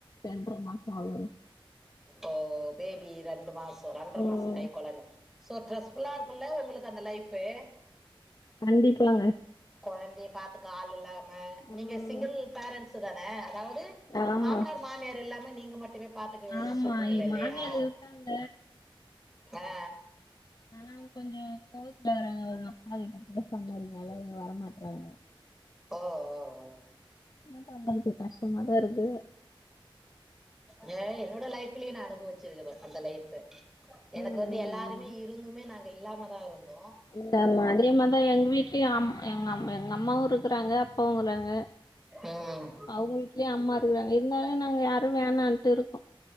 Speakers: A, on the left; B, in the centre.
A: ரென்ற மாசோ ஆவு
B: ஓ பேபி ரெண்டு மாஸ் ரெண்ர
A: ம்
B: மாசோ கை கொழந்த சோ ட்ர்ஸ்ஃபுல்லா இருக்குல்ல உங்களுக்கு அந்த லைஃப்பு
A: கண்டிபாங்க
B: கொழந்தைய பாத்துக்க ஆள் இல்லாம,
A: ம்.
B: நீங்க சிங்கிள் பேரண்ட்ஸு தான அதாவ்து
A: ஆமா
B: மாமனார், மாமியார் இல்லாம நீங்க மட்டுமே பாத்துக்க வேண்டிய
A: ஆமா
B: சூழ்நில
A: எங்க
B: இல்லையா?
A: மாமியார் இருக்காங்க
B: ஆ
A: ஆனா, அவ்ங்க கொஞ்சோ கோவத்துல வர்றங்க, அவுங்கப்பா கிட்ட பேசற மாரி நெலைல வரமாட்டறாங்க.
B: ஓ ஓ
A: என்ன பண்றது, கஷ்டமாதா இருக்குது
B: ஏ, என்னோட லைஃப்லயே நா அனுபவிச்சிருக்கே. அந்த லைஃப்பு எனக்கு
A: ம்,
B: வந்து
A: ம்,
B: எல்லாரு
A: ம்.
B: மே இருந்துமே, நாங்க இல்லாம தா இருந்தோ
A: இந்த மாத்ரி மனிதாங்க எங்க வீட்லயு எ அம் எங்கம் எங்கம்மாவு இருக்கறாங்க அப்பாவு இருக்கறாங்க.
B: ம்
A: அவுங்க வீட்லயு அம்மா இருக்கிறாங்க. இருந்தாலு நாங்க யாரு வேணான்ட்டு இருக்கோ